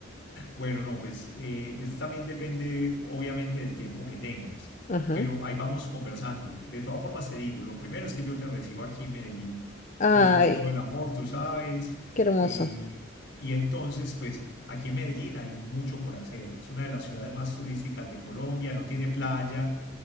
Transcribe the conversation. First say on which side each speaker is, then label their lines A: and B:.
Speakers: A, on the left; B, on the left.
A: Bueno, no, pues eh, es- también depende obviamente del tiempo que tengas,
B: Ajá.
A: pero ahí vamos conversando. De todas formas te digo, lo primero es que yo te recibo aquí en Medellín
B: Ay,
A: con todo el amor, tú sabes,
B: qué hermoso.
A: eh, y entonces pues aquí en Medellín hay mucho por hacer. Es una de las ciudades más turísticas de Colombia, no tiene playa,